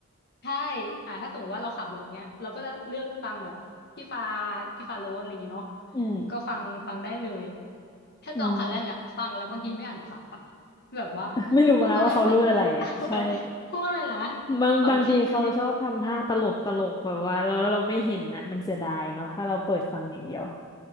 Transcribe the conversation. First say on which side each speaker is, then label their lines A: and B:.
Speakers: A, on the left; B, on the left.
A: ใช่อ่าถ้าสมมติว่าเราขับรถเงี้ยเราก็จะเลือกฟังแบบพี่ฟ้าพี่ฟ้าโรสอะไรเงี้ยเนาะ
B: อืม
A: ก็ฟังฟังได้เลย ถ้าจองคันแรกล่ะฟังแล้วบางทีไม่อ่านซับอะ
B: อืม
A: แบบว่า
B: <laughs> ไม่รู้นะว่าเขารูดอะไรอ่ะใช่
A: พูดว่าอะไรนะ <laughs> พูดว่าอะไรนะ
B: บางบางทีเขาชอบทำท่าตลกตลกแบบว่าเราเราไม่เห็นนะมันเสียดายเนาะถ้าเราเปิดฟังอย่างเดียว
A: ขออีกทีสิ